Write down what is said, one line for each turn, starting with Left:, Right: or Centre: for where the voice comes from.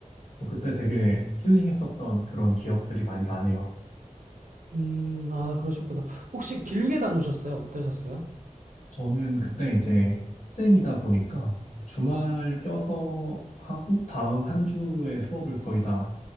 Left: 뭐 그때 되게 힐링했었던 그런 기억들이 많이 나네요.
Right: 음, 아, 그러셨구나. 혹시 길게 다녀오셨어요? 어떠셨어요?
Left: 저는 그때 이제 학생이다 보니까 주말 껴서 하고 다음 한 주에 수업을 거의 다